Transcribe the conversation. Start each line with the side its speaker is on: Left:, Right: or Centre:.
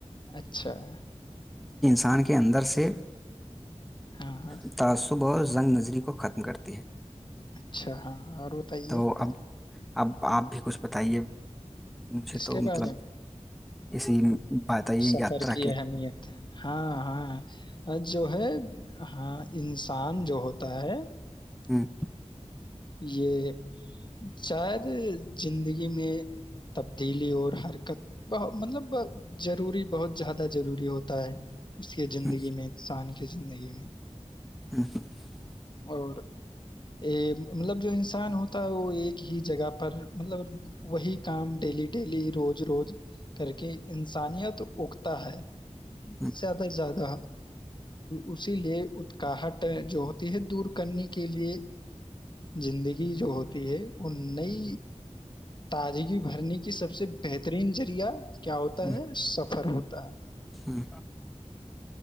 Left: اچھا <unintelligible>
Centre: ان کے اندر سے <unintelligible>
Left: ہاں ہاں
Centre: سےھ <unintelligible> تاسو بہت <unintelligible> زنگ نظری کو ختم کرتی ہے <unintelligible>
Left: اچھا ہاں اور بتائیے
Centre: تو اب اب آپ بھی کچھ <unintelligible> بتائیے <unintelligible> مجھے
Left: اس
Centre: تو
Left: کے
Centre: مطلب
Left: بارے میں
Centre: <unintelligible> اسی <unintelligible>
Left: سفر
Centre: یاترا
Left: کی
Centre: کے
Left: اہمیت ہاں ہاں <unintelligible> جو ہے ہاں ان <unintelligible> سان جو ہوتا ہے <unintelligible>
Centre: ہوں،
Left: یہ شاید زندگی میں تبدیلی اور حرکت ب مطلب <unintelligible> ضروری بہت زیادہ <unintelligible> ضروری ہوتا ہے <unintelligible> <unintelligible> اس کے زندگی
Centre: ہوں،
Left: میں انسان کے <unintelligible> <unintelligible> زندگی میں <unintelligible> <unintelligible>
Centre: ہاں ہاں <unintelligible> <unintelligible>
Left: اور یہ <unintelligible> <unintelligible> مطلب جو انسان ہوتا ہے وہ ایک ہی جگہ پر مطلب وہی کام ڈیلی ڈیلی روز روز <unintelligible> <unintelligible> کر کے انسانیت <unintelligible> اگتا ہے <unintelligible> <unintelligible>
Centre: ہوں،
Left: زیادہ سے زیادہ <unintelligible> <unintelligible> اسی لیے اتکاہٹ جو ہوتی ہے دور کرنے کے لیے <unintelligible> <unintelligible> زندگی جو ہوتی ہے وہ نئی تازگی بھرنے کی سب سے بہترین ذریعہ کیا ہوتا
Centre: ہوں،
Left: ہے سفر ہوتا ہے
Centre: ہوں،
Left: <unintelligible> <unintelligible>